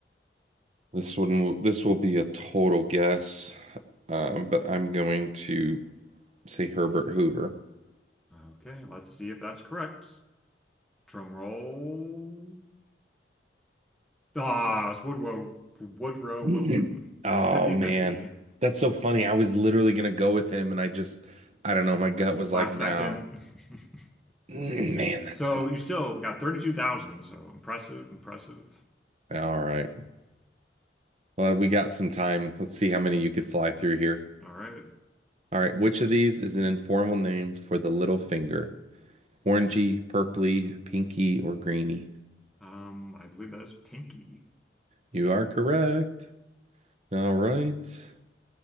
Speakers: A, on the right; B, in the centre.
A: This one, will- this will be a total guess, um, but I'm going to say Herbert Hoover.
B: Okay, let's see if that's correct. Drum roll. Ah, it's Woodrow, Woodrow
A: Mm.
B: Wilson.
A: Oh
B: Fifty-fifty.
A: man, that's so funny. I was literally gonna go with him, and I just, I don't know. My gut was
B: Last
A: like, no.
B: second. <laughs>
A: Mm, Man, that
B: So
A: sucks.
B: you still got 32,000. So impressive, impressive.
A: All right. Well, we got some time. Let's see how many you could fly through here.
B: All right.
A: All right. Which of these is an informal name for the little finger? Orangey, purpley, pinky, or greeny?
B: Um, I believe that is Pinky.
A: You are correct. All right.